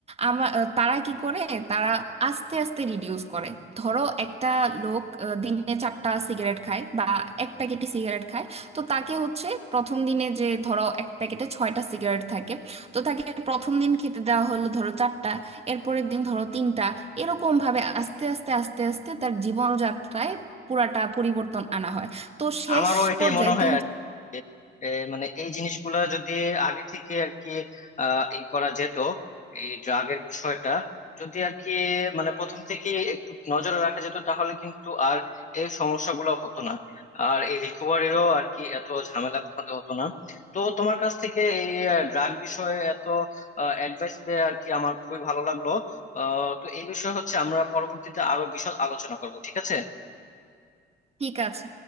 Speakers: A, on the right; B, on the left.
A: আমার তারা কি করে তারা আস্তে আস্তে রিডিউস করে ধরো একটা লোক আহ, দিনে চারটা সিগারেট খায় বা এক প্যাকেটই সিগারেট খায় তো তাকে হচ্ছে প্রথম দিনে যে ধরো এক প্যাকেটে ছয়টা সিগারেট থাকে তো তাকে প্রথম দিন খেতে দেওয়া হলো ধরো চারটা এরপরের দিন ধরো তিনটা এরকম ভাবে আস্তে আস্তে আস্তে আস্তে তার জীবনযাত্রায় পুরাটা পরিবর্তন আনা হয় তো শেষ
B: আমারও এটাই
A: পর্যায়ে
B: মনে হয়
A: তিন
B: আর কি যে, এ, মানে এই জিনিসগুলো যদি আগে থেকে আর কি আহ, ই করা যেত এই ড্রাগের বিষয়টা যদি আর কি মানে প্রথম থেকে একটু নজরে রাখা যেত তাহলে কিন্তু আর এই সমস্যাগুলো হতো না আর এই রিকভারিও আর কি এত ঝামেলা পোহাতে হতো না তো তোমার কাছ থেকে এই ড্রাগ বিষয়ে এত অ্যাডভাইস পেয়ে আর কি আমার খুবই ভালো লাগলো আহ, তো এই বিষয়ে হচ্ছে আমরা পরবর্তীতে আরো বিশদ আলোচনা করব ঠিক আছে
A: ঠিক আছে